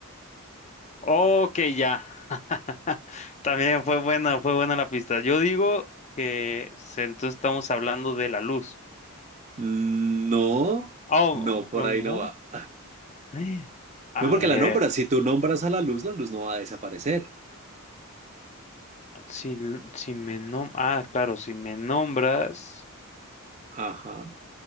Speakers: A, on the left (about 30°); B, on the right (about 30°).
A: Ok, ya. <laughs> También fue buena, fue buena la pista. Yo digo que se- entonces estamos hablando de la luz.
B: No,
A: Oh,
B: no, por
A: no,
B: ahí
A: no.
B: no va.
A: Eh, A
B: No porque
A: ver,
B: la nombras. Si tú nombras a la luz, la luz no va a desaparecer.
A: si, si me nom... Ah, claro, si me nombras...
B: Ajá.